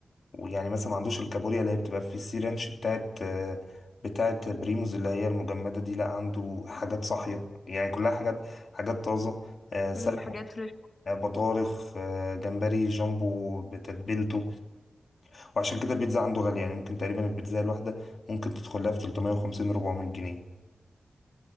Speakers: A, on the left; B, on the left.
A: ويعني مثلا ما عندوش الكابوريا اللي هي بتبقى في السي رانش بتاعت آه، بتاعت بريموز اللي هي المجمدة دي لا عنده حاجات صاحية يعني كلها حاجات حاجات طازة آه سلمون
B: كل الحاجات فريش
A: آه، بطارخ آه جمبري جامبو بتتبيلته وعشان كده البيتزا عنده غالية يعني ممكن تقريبا البيتزا الواحدة ممكن تدخل لها في 350 400 جنيه